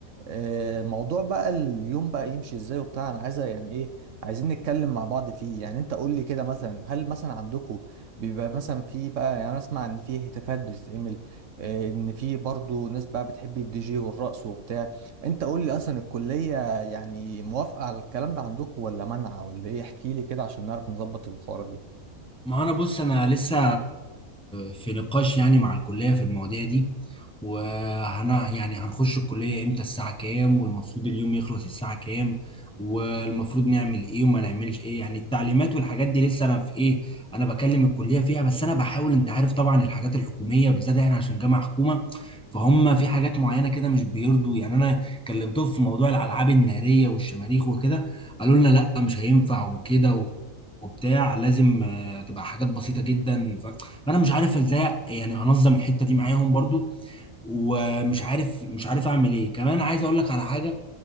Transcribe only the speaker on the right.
آه، موضوع بقى اليوم بقى يمشي ازاي وبتاع انا عايزه يعني ايه عايزين نتكلم مع بعض فيه يعني انت قول لي كده مثلا هل مثلا عندكم بيبقى مثلا في بقى يعني انا اسمع ان في هتافات بتتعمل آه، ان في برضو ناس بقى بتحب الدي جي والرقص وبتاع انت قول لي اصلا الكليه يعني موافقه على الكلام ده عندكم ولا منعه ولا ايه احكي لي كده عشان نعرف نظبط الحوارات دي